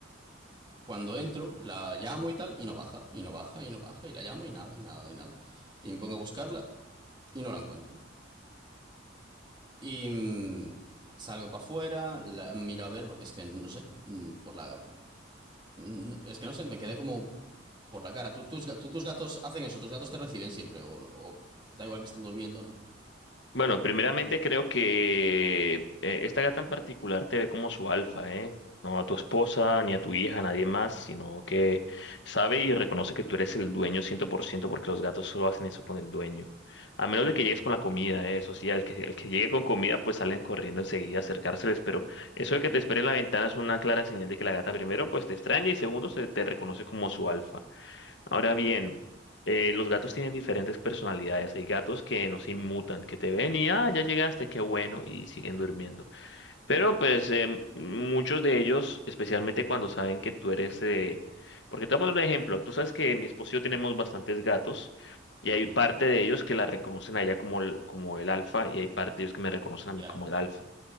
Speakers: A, on the right; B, on the left.
A: cuando entro, la llamo y tal, y no baja, y no baja, y no baja, y la llamo y nada, y nada, y nada. Y me pongo a buscarla y no la encuentro. Y mm, salgo para afuera, la- miro a ver, porque es que no sé, mm, por la. mm, no, Es que no sé, me quedé como por la cara. ¿Tú, tus, ga- tú, tus gatos hacen eso? ¿Tus gatos te reciben siempre? ¿O, no? o da igual que están durmiendo no?
B: Bueno, primeramente creo que eh, esta gata en particular te ve como su alfa, ¿eh? No a tu esposa, ni a tu hija, a nadie más, sino que sabe y reconoce que tú eres el dueño 100%, porque los gatos solo hacen eso con el dueño. A menos de
A: Mm,
B: que llegues con la comida, ¿eh? Eso sí, al que, al que llegue con comida, pues salen corriendo enseguida a acercárseles, pero eso de que te espere en la ventana es una clara señal de que la gata primero, pues te extraña y segundo, se te reconoce como su alfa. Ahora bien, eh, los gatos tienen diferentes personalidades. Hay gatos que no se inmutan, que te ven y, ah, ya llegaste, qué bueno, y siguen durmiendo. Pero pues em, muchos de ellos, especialmente cuando saben que tú eres... eh, Porque te voy a poner un ejemplo. Tú sabes que mi esposo y yo tenemos bastantes gatos y hay
A: mm,
B: parte de ellos que la reconocen a ella como el, como el alfa y hay parte de ellos que me reconocen a
A: ya.
B: mí como el alfa.